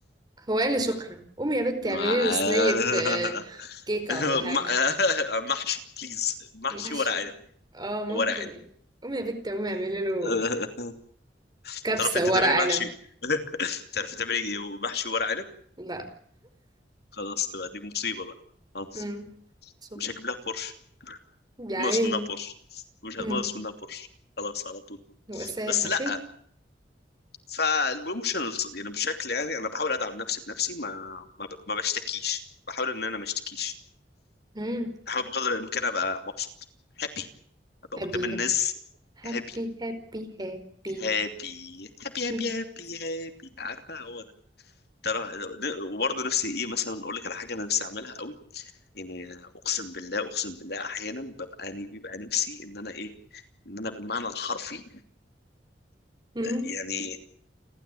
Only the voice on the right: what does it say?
هو قال لي شكرا قومي يا بنت
اعملي له صينية آه، كيكة
ولا حاجة
<laughs>
ماشي
اه ممكن
يعني. قومي يا بنت قومي اعملي له
كبسة
ورق
عنب
لا
امم شوف
يا
عيني
امم
بس هيبقى
خير
امم
هابي
هابي هابي
هابي هابي
<laughs>
امم